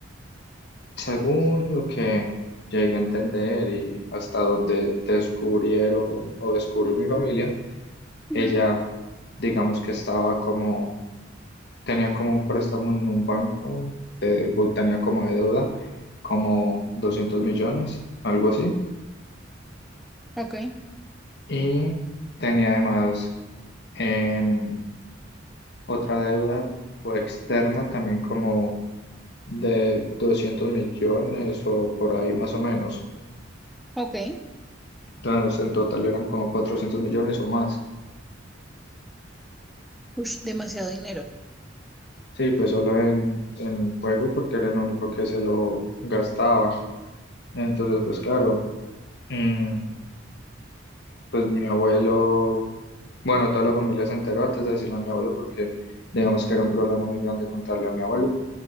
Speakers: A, on the left; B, in the centre.
A: según lo que llegué a entender y hasta donde descubrieron o descubrió mi familia, ella
B: ujú,
A: digamos que estaba como, tenía como un préstamo en un banco, de, tenía como de deuda como 200 millones, algo así,
B: Ok,
A: y tenía además... em, otra deuda pues, externa también como de 200 millones o por ahí más o menos.
B: ok.
A: Entonces, en total eran como 400 millones o más.
B: Ush, demasiado dinero.
A: Sí, pues solo en, en juego porque era el único que se lo gastaba. Entonces, pues claro, mm, pues mi abuelo, bueno, toda la familia se enteró antes de decirle a mi abuelo porque digamos que era un problema muy grande contarle a mi abuelo